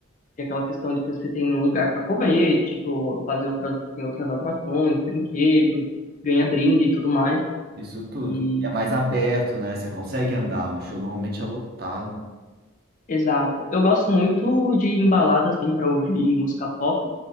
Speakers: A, on the left; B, on the right.
A: tem aquela questão de que você tem um lugar pra comer, tipo, fazer outras, tem outras atrações, brinquedos, ganha brinde e tudo mais.
B: Isso tudo.
A: E
B: E É mais aberto, né? Você consegue andar, um show normalmente é lotado.
A: exato. Eu gosto muito de embalada assim para ouvir música pop,